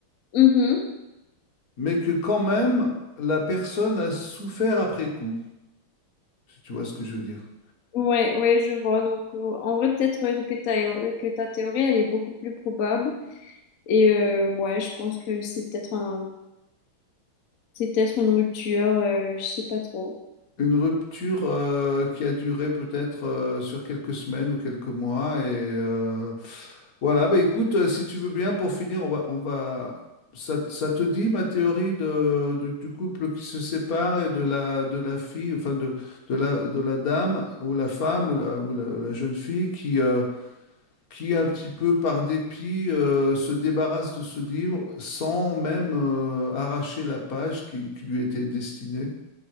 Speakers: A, on the left; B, on the left.
A: Mhm.
B: mais que quand même, la personne a souffert après coup, si tu vois ce que je veux dire.
A: Ouais, ouais, je vois. Donc euh, en vrai, peut-être que ta, que ta théorie, elle est beaucoup plus probable. Et euh, ouais, je pense que c'est peut-être un, c'est peut-être une rupture, euh, je sais pas trop.
B: Une rupture euh, qui a duré peut-être euh, sur quelques semaines ou quelques mois et euh, Voilà, bah écoute, euh, si tu veux bien, pour finir, on va, on va... Ça, te ça te dit ma théorie de, du, du couple qui se sépare et de la, de la fille, enfin de, de la, de la dame ou la femme ou la, ou la, ou la jeune fille qui, euh, qui un petit peu par dépit euh, se débarrasse de ce livre sans même euh, arracher la page qui, qui lui était destinée.